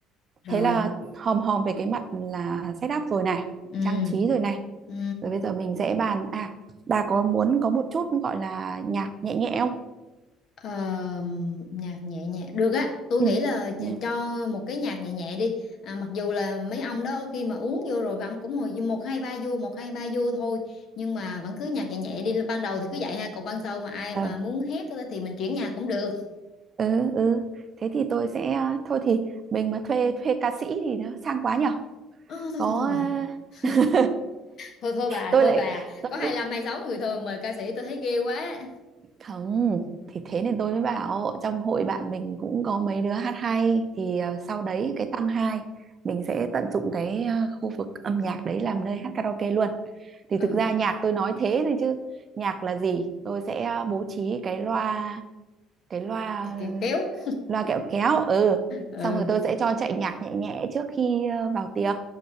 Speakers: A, on the left; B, on the right.
A: rồi
B: thế là hòm hòm về cái mặt là setup rồi này
A: ừ
B: trang trí rồi này
A: ừ
B: rồi bây giờ mình sẽ bàn à bà có muốn có một chút gọi là nhạc nhẹ nhẹ không
A: Ờ, nhạc nhẹ nhẹ được á tôi
B: ừ
A: nghĩ là
B: nhưng
A: ch- cho một cái nhạc nhẹ nhẹ đi à, mặc dù là mấy ông đó khi mà uống vô rồi mấy ông cũng hồi một hai ba vô một hai ba vô thôi nhưng mà vẫn cứ nhạc nhẹ nhẹ đi ban đầu thì cứ vậy ha còn ban sau mà ai mà
B: ừ
A: muốn
B: <laughs>
A: hét á thì mình chuyển nhạc cũng được
B: ừ ừ thế thì tôi sẽ ờ, thôi thì mình mà thuê thuê ca sĩ thì nó sang quá nhở
A: Ờ, thôi
B: có
A: thôi thôi bà <laughs>
B: <laughs>
A: thôi thôi bà
B: tôi
A: thôi
B: lại
A: bà
B: tôi
A: có 25
B: cứ
A: sáu người thôi mời ca sĩ tôi thấy ghê quá
B: không thì thế nên tôi mới bảo trong hội bạn mình cũng có mấy đứa hát hay thì ờ, sau đấy cái tăng hai mình sẽ tận dụng cái ờ, khu vực âm nhạc đấy làm nơi hát karaoke luôn thì
A: ừ
B: thực ra nhạc tôi nói thế thôi chứ nhạc là gì tôi sẽ ờ, bố trí cái loa cái loa
A: kiểu kéo
B: loa kẹo kéo ừ
A: ừ
B: xong rồi tôi sẽ cho chạy nhạc nhẹ nhẹ trước khi ờ, vào tiệc